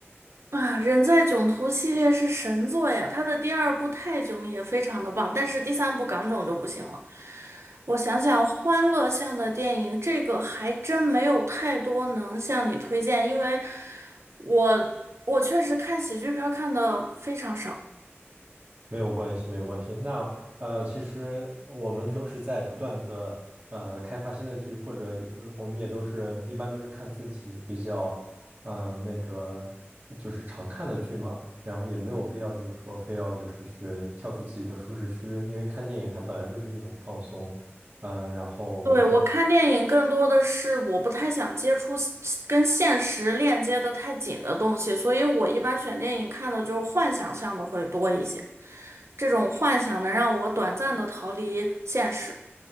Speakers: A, on the right; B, on the right.
A: 啊，人在囧途系列是神作呀，它的第二部泰囧也非常的棒，但是第三部港囧就不行了。我想想，欢乐向的电影，这个还真没有太多能向你推荐，因为我我确实看喜剧片儿看的非常少。
B: 没有关系，没有关系。那呃，其实我们都是在不断的呃开发新的剧，或者也呃我们也都是一般都是看自己比较嗯呃那个就是常看的剧嘛，然后也没有必要就是说非要就是去跳出自己的舒适区，因为看电影它本来就是一种放松，嗯，然后我不。
A: 对，我看电影更多的是我不太想接触跟现实链接的太紧的东西，所以我一般选电影看的就是幻想向的会多一些。这种幻想能让我短暂的逃离现实。